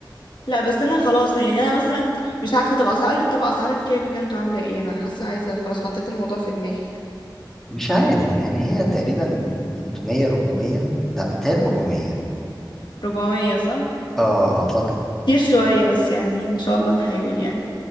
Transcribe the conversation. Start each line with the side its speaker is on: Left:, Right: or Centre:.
Left: لا بس انا خلاص يعني انا مثلا مش عارفة طب اسعار طب اسعار الكاب كانتوا عاملة ايه انا حاسة عايزة خلاص حطيت الموضوع في دماغي
Centre: مش عارف يعني هي تقريبا 300 400 لا 200 400
Left: 400 صح
Centre: اه اعتقد
Left: كتير شوية بس يعني ان شاء الله نحاول يعني